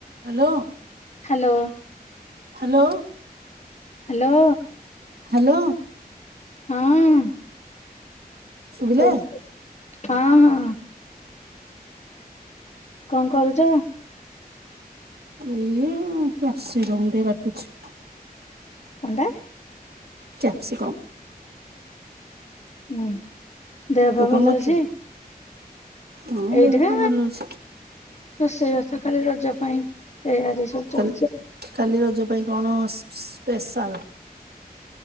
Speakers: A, on the right; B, on the left.
A: Hello.
B: Hello.
A: Hello.
B: Hello.
A: Hello.
B: ହଁ।
A: ଶୁଭିଲା?
B: କୁହ ହଁ ହଁ। କଣ କରୁଛ?
A: ଏଇ କ୍ୟପ୍ସି କମ୍ ଟିକେ କାଟୁଛି।
B: କଣ ଟା?
A: କ୍ୟାପ୍ସିକମ୍।
B: ହୁଁ ଦେହ
A: ତୁ
B: ପା
A: କଣ
B: ଭଲ
A: କରୁଛୁ?
B: ଅଛି?
A: ହଁ
B: ଏଇଟା
A: ଦେହ ପା ଭଲ ଅଛି
B: ରୋଷେଇ ବାସ କାଲି ରଜ ପାଇଁ ଏୟା ଡିସ। ସ
A: କାଲି
B: ଚାଲଛି।
A: କାଲି ରଜ ପାଇଁ କଣ ସ୍ପି ସ୍ପୀ ସ୍ପେଶାଲ?